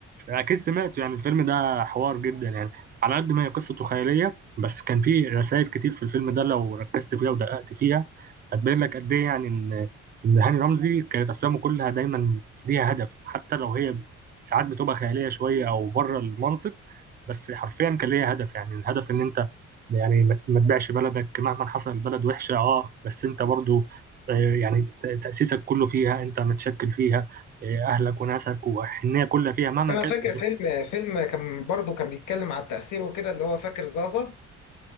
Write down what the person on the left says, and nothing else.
بس انا
فاكر
فيلم فيلم كان برضه كان بيتكلم على التأثير وكده اللي هو فاكر زازا